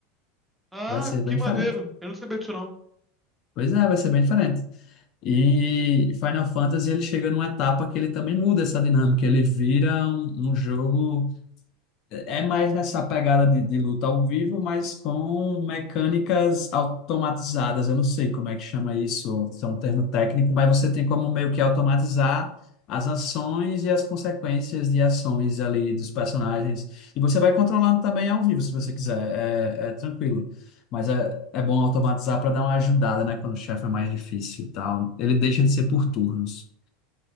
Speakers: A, in the centre; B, on the left.
A: Ah,
B: vai ser bem
A: que maneiro.
B: diferente.
A: Eu não sabia disso, não.
B: Pois é, vai ser bem diferente. E Final Fantasy ele chega numa etapa que ele também muda essa dinâmica, ele vira um, um jogo É mais nessa pegada de, de luta ao vivo, mas com mecânicas automatizadas. Eu não sei como é que chama isso, isso é um termo técnico, mas você tem como meio que automatizar as ações e as consequências de ações ali dos personagens. E você vai controlando também ao vivo, se você quiser. É, é tranquilo. Mas é, é bom automatizar para dar uma ajudada, né? Quando o chefe é mais difícil e tal. Ele deixa de ser por turnos.